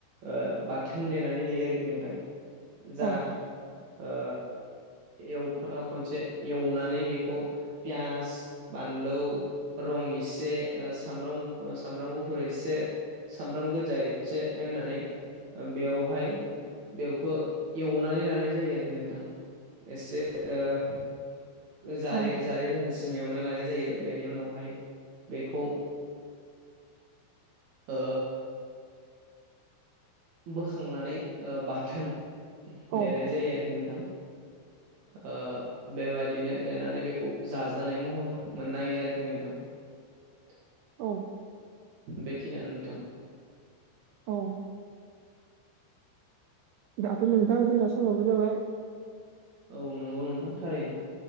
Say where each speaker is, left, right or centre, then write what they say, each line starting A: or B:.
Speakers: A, on the right; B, on the right.
A: ओ बा थोन देनानै जायो आरोखि नोंथां
B: औ
A: जा ओ एवफा खनसे एवनानै बेखौ पियास बानलु रं एसे ओ सामब्राम गुफु सामब्राम गुफुर एसे सामब्राम गोजा एसे होनानै बेवहाय बेवखो एवनानै लानाय जायो आरोखि नोंथां। एसे ओ जारे
B: औ
A: जारे जाहासिम एवनाय लानाय जायो बेनि उनावहाय बेखौ ओ बोखांनानै ओ बाथोन
B: औ
A: देनाय जायो आरोखि नोंथां। ओ बेबादिनो देनानै बेखौ जाजानाय महर मोननाय हयो आरोखि नोंथां। <inaudible>
B: औ।
A: बेखिनियानो नोंथां।
B: औ दाथ' नोंथां जोंना समावबो जाबाय।
A: औ नंगौ नोंथां थारैनो।